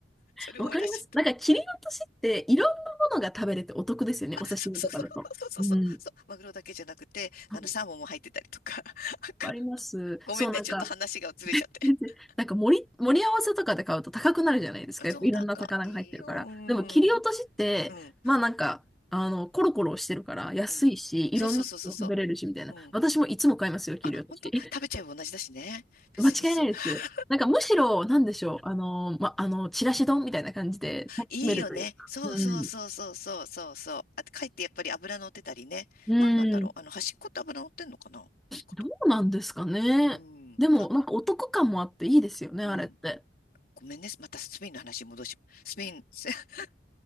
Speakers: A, on the left; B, in the centre.
A: それ思い出しちゃった。
B: わかります。なんか切り落としっていろんなものが食べれてお得ですよね。
A: あ、
B: お刺身とかだと。
A: そうそうそうそうそうそう、
B: うん。
A: そう、マグロだけじゃなくて、あの、
B: わ
A: サーモンも入ってたりとか、なんか、
B: かります。
A: ごめんね。
B: そう、なんか、
A: ちょっと話がずれちゃって。
B: 全然なんか盛り、盛り合わせとかで買うと高くなるじゃないですか。
A: あゾウタンか。
B: やっぱいろんな魚が入ってるから。
A: いいよ。うん。
B: でも切り落としって、
A: うん。
B: まあなんか、あの、コロコロしてるから安いし、
A: うん。そうそうそうそうそ
B: いろんなの食べれるしみたいな。
A: う。うん。
B: 私もいつも買いますよ、切り落とし。
A: あ、本当食べちゃえば同じだしね。
B: <laughs>
A: 別にそんな、
B: 間違いないです。
A: <laughs>
B: なんかむしろ、なんでしょう、あの、ま、あの、ちらし丼みたいな感じで楽しめるというか。
A: いいよね。そうそうそうそうそうそうそう。
B: うん。
A: あ、かえってやっぱり油乗ってたりね。
B: うん。
A: 何なんだろう。あの、端っこって油乗ってんのかな端っこと。
B: どうなんですかね。
A: うん。
B: でも、
A: あ、
B: なんかお得感もあっていいですよね、
A: うん。
B: あれって。
A: ごめんね。またスペインの話に戻し、スペイン。<laughs>